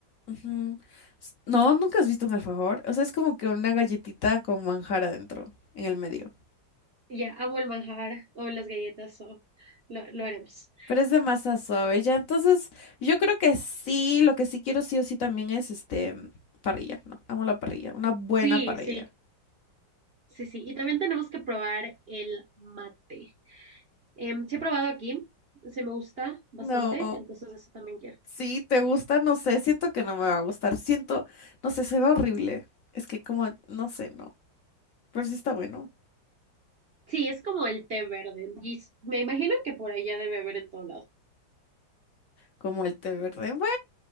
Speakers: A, on the left (about 55°); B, on the right (about 40°).
A: Ujú. S- No, nunca has visto un alfajor. O sea, es como que una galletita con manjar adentro, en el medio.
B: Y Ya, amo el manjar o las galletas o lo, lo haremos.
A: Pero es de masa suave, ya. Entonces, yo creo que sí, lo que sí quiero sí o sí también es este mm, parrilla, ¿no? Amo la parrilla, una buena
B: Sí,
A: parrilla.
B: sí, sí, sí. Y también tenemos que probar el mate. Em, sí he probado aquí, se me gusta bastante,
A: No,
B: entonces eso también quiero.
A: sí, te gusta, no sé, siento que no me va a gustar, siento, no sé, se ve horrible. Es que como, no sé, no, pero sí está bueno,
B: Sí, es como el té verde, y s- me imagino que por allá debe haber en todo lado.
A: como el té verde. Bueno,